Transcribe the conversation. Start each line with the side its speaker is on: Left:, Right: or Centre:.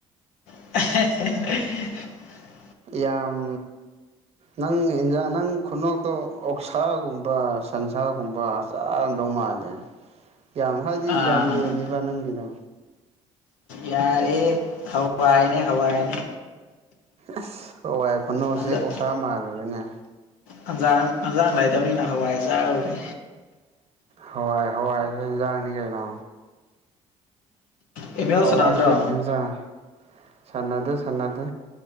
Left: ꯑꯦꯍꯦ ꯍꯦ ꯍꯦ
Right: ꯌꯥꯝ ꯅꯪ ꯏꯟꯖꯥꯡ ꯅꯪ ꯈꯨꯅꯣꯛꯇꯣ ꯑꯣꯛꯁꯥꯒꯨꯝꯕ ꯁꯟꯁꯥꯒꯨꯝꯕ ꯆꯥꯔꯝꯗꯧ ꯃꯥꯜꯂꯦ ꯌꯥꯝ ꯍꯥꯏꯗꯤ
Left: ꯑꯥ
Right: ꯌꯥꯝ ꯂꯦꯝꯃꯦꯕ ꯅꯪꯒꯤꯗꯣ
Left: ꯌꯥꯔꯦꯍꯦ ꯍꯋꯥꯏꯅꯦ ꯍꯋꯥꯏꯅꯦ
Right: ꯑꯁ ꯋꯥꯏ ꯈꯨꯟꯅꯣꯛꯁꯦ
Left: ꯍꯟꯖꯥꯡ
Right: ꯑꯣꯛꯁꯥ ꯃꯥꯜꯂꯨꯔꯦꯅꯦ
Left: ꯍꯟꯖꯥꯡ ꯍꯟꯖꯥꯡ ꯂꯩꯇꯕꯅꯤꯅ ꯍꯋꯥꯏ ꯆꯥꯔꯨꯔꯦ
Right: ꯍꯋꯥꯏ ꯍꯋꯥꯏ ꯌꯦꯟꯖꯥꯡꯅꯤ ꯀꯩꯅꯣ
Left: ꯑꯦꯝ ꯑꯦꯜ
Right: ꯍꯋꯥꯏꯁꯨ
Left: ꯁꯥꯟꯅꯗ꯭ꯔꯣ
Right: ꯍꯦꯟꯖꯥꯡ ꯁꯥꯟꯅꯗꯦ ꯁꯥꯟꯅꯗꯦ